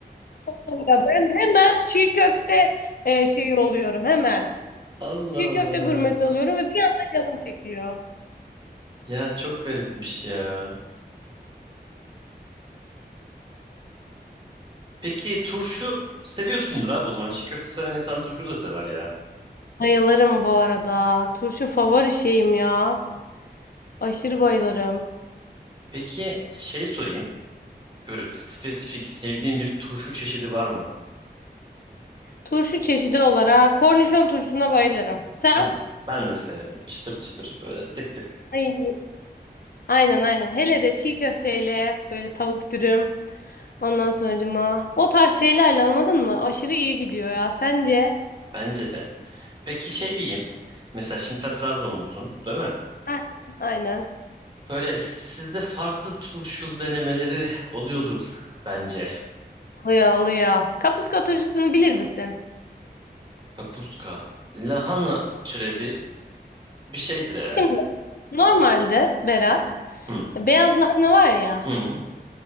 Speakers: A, on the left; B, on the right.
A: Ya ben hemen çiğ köfte e, şeyi oluyorum hemen.
B: <laughs> Allah
A: Çiğ köfte
B: Allah.
A: gurmesi oluyorum ve bir anda canım çekiyor.
B: Ya çok garipmiş ya. Peki turşu seviyorsundur abi o zaman. Çiğ köfte seven insan turşu da sever ya.
A: Bayılırım bu arada. Turşu favori şeyim ya. Aşırı bayılırım.
B: Peki şey sorayım. Böyle spesifik sevdiğin bir turşu çeşidi var mı?
A: Turşu çeşidi olarak kornişon turşusuna bayılırım. Sen?
B: Hı. Ben de severim. Çıtır çıtır böyle tık tık.
A: Ay. Aynen aynen. Hele de çiğ köfteyle böyle tavuk dürüm. Ondan sonracıma o tarz şeylerle anladın mı? Aşırı iyi gidiyor ya. Sence?
B: Bence de. Peki şey diyeyim. Mesela şimdi sen Trabzonlusun, değil mi?
A: Ha. Aynen.
B: Böyle sizde farklı turşulu denemeleri oluyordur bence.
A: Alıyor alıyor. Kapuska turşusunu bilir misin?
B: Kapuska. Lahana türevi bir şeydir herhalde.
A: Şimdi Normalde Berat,
B: Hı.
A: beyaz lahana var ya.
B: Hı.